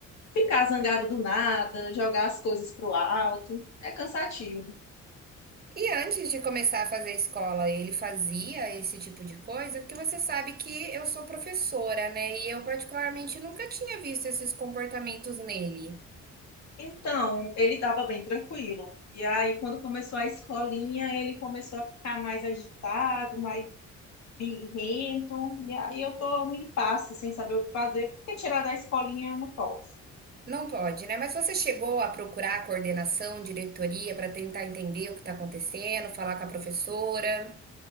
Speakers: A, on the left (about 60°); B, on the right (about 30°).
A: ficar zangado do nada, jogar as coisas pro alto. É cansativo.
B: E antes de começar a fazer escola, ele fazia esse tipo de coisa? Porque você sabe que eu sou professora, né? E eu particularmente nunca tinha visto esses comportamentos nele.
A: Então, ele estava bem tranquilo. E aí, quando começou a escolinha, ele começou a ficar mais agitado, mais birrento. E aí, eu tô no impasse, sem saber o que fazer, porque tirar da escolinha eu não posso.
B: Não pode, né? Mas você chegou a procurar a coordenação, diretoria, para tentar entender o que está acontecendo, falar com a professora?